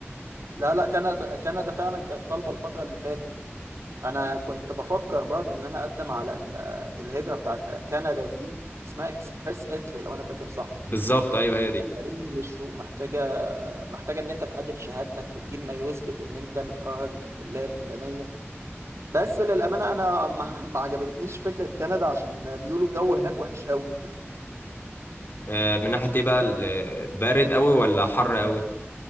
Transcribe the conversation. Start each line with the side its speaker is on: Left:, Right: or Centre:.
Right: لا لا كندا كندا فعلا كانت طالبة الفترة اللي فاتت انا كنت بفكر برضه ان انا اقدم على ال- الهجرة بتاعت كندا دي اسمها اكسبريس انتري لو انا فاكر صح
Left: بالظبط ايوه
Right: محتاجة
Left: هي دي
Right: أي مشروع محتاجة محتاجة إن أنت تعدل شهادتك وتجيب ما يثبت إن أنت متخرج من الكلية الفلانية بس للأمانة أنا <laughs> ما ما عجبتنيش فكرة كندا عشان بيقولوا الجو هناك وحش قوي
Left: آه، من ناحية ايه بقى ال- بارد قوي ولا حر قوي